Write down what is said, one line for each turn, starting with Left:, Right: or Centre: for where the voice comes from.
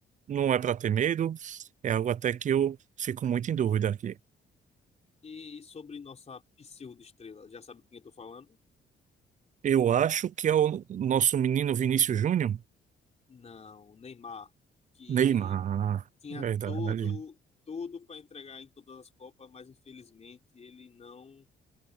Right: não é para ter medo, é algo até que eu fico muito em dúvida aqui.
Left: E sobre nossa pseudo-estrela, já sabe de quem eu tô falando?
Right: Eu acho que é o nosso menino Vinícius Júnior,
Left: Não, Neymar, que
Right: Neymar,
Left: tinha
Right: verdade.
Left: tudo tudo para entregar em todas as Copas, mas infelizmente ele não